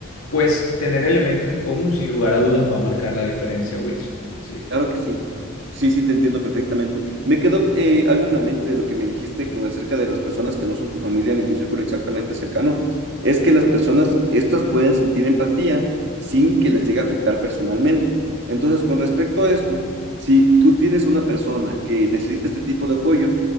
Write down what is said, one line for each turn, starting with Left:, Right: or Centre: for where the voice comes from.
Left: pues tener elementos en común sin lugar a dudas va a marcar la diferencia, Wilson. Sí.
Right: Claro que sí. Sí, sí, te entiendo perfectamente. Me quedó eh, algo en la mente de lo que me dijiste con acerca de las personas que no son tu familia ni tu círculo exactamente cercano. Es que las personas, estas pueden sentir empatía sin que les llegue a afectar personalmente. Entonces, con respecto a esto, si tú tienes una persona que necesita este tipo de apoyo,